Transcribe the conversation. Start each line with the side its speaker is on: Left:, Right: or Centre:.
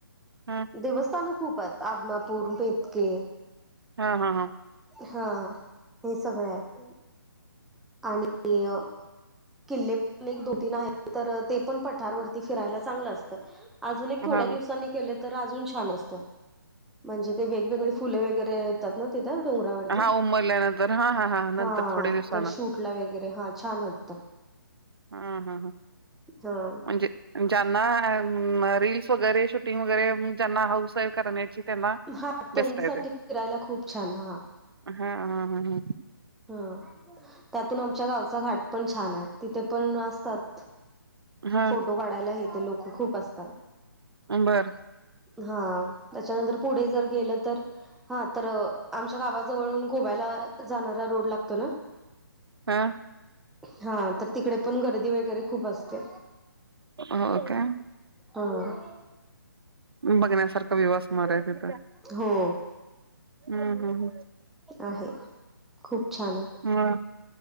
Right: हा
Centre: देवस्थान खूप आहेत आदमापूर मेथगे.
Right: हा हा हा
Centre: हा हे मीच सगळं आहे. मिलय किल्ले पण एक दो तीन आहेत तर ते पण पठारवरती फिरायला चांगलं असतं. अजुन एक थोड्या
Right: हा हा
Centre: दिवसांनी केले तर अजून छान असत म्हणजे ते वेगवेगळे फुले वगैरे. येतात ना डोंगरावरती
Right: हा उमरल्यानंतर हा हा हा नंतर
Centre: हा
Right: थोडे दिवसानं
Centre: शूट. ला वगैरे हा छान वाटतं.
Right: हम्म हम्म
Centre: हा
Right: म्हणजे. जना रील्स वगैरे शूटिंग वगैरे. ज्यांना हाऊस करण्याची त्यांना
Centre: हा त्यांच्यासाठी
Right: बेस्ट आहे ते.
Centre: फिरायला खूप छान आहे
Right: हा हा हा हा.
Centre: हा त्यातून आमच्या गावचा घाट पण छान आहे तिथे पण असतात.
Right: ह हा
Centre: फोटो काढायला हेेत लोक खूप असतात.
Right: बरं
Centre: हा. त्याच्यानंतर पुढे जर गेलं तर हा तर आमच्या गावाजवळून गोव्याला जाण. रोड लागतो ना
Right: हा
Centre: हा तर तिकडे पण गर्दी वगैरे खूप असते.
Right: हो का?
Centre: हा.
Right: बघण्यासारखा व्हिव असणार आहे तिथे.
Centre: हो
Right: हम्म हम्म
Centre: आहे खूप छान आहे
Right: हम्म मग